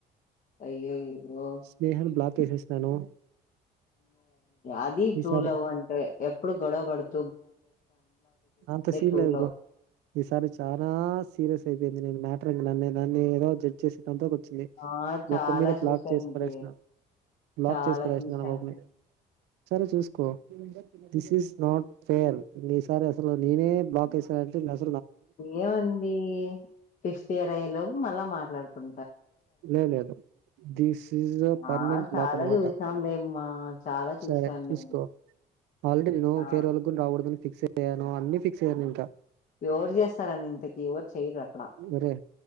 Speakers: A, on the left; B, on the right.
A: అయ్యోయో
B: స్నేహను బ్లాక్
A: <unintelligible>
B: చేసేసినాను
A: అది
B: ఈసారి
A: ట్రూలవ్ అంటే ఎప్పుడు గొడవ బడుత్
B: అంత సీన్
A: ట్రూ
B: లేదు
A: లవ్
B: బ్రో ఈసారి చాలా సీరియస్ అయిపోయింది నీకు మాటర్ <unintelligible> నన్నీ ఈరోజు జడ్జ్ చేసినంటే ఒక మని
A: ఆ
B: మొఖం
A: చాలా
B: మీద బ్లాక్
A: చూసానండి
B: చేసి పడేసిన బ్లాక్
A: చాలా
B: చేసి పడేసినాను
A: చూసాము
B: వాడ్ని సరే చూసుకో దిస్ ఈస్ నాట్ ఫేర్ ఈ సారి అసలు నేనే బ్లాక్ చేసానంటే ఇంగసలు
A: ఏముంది ఫిఫ్త్ ఇయర్ అయ్యేలో మళ్ళా మ మాట్లాడుకుం
B: లేదు లేదు థిస్ ఇస్ దా పర్మనెంట్
A: ఆ
B: బ్లాక్
A: చాలా
B: అనమాట
A: చూసినాంలేమ్మా చాలా చూసాం
B: సరే చూసుకో
A: మేము
B: ఆల్రెడీ నేను
A: ఆ
B: ఫేర్ వల్ రావడదని ఫిక్స్ నేను అన్ని ఫిక్స్ అయ్యను ఇంకా
A: ఎవరు చేస్తారని ఇంతకీ ఎవరు చేయ్యరు అక్కడ
B: ఒరే